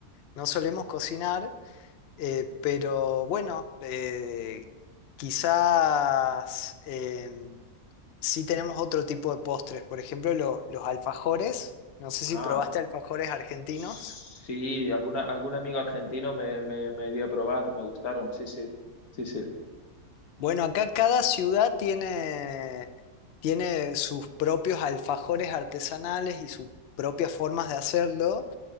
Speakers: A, on the left (about 65°); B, on the left (about 85°).
A: no solemos cocinar, eh, pero bueno, eh, quizás em, sí tenemos otro tipo de postres. Por ejemplo, los, los alfajores. No sé
B: Ah,
A: si probaste alfajores argentinos.
B: sí, alguna, algún amigo argentino me, me, me dio a probar, me gustaron, sí, sí, sí, sí,
A: Bueno, acá cada ciudad tiene, tiene sus propios alfajores artesanales y sus propias formas de hacerlo,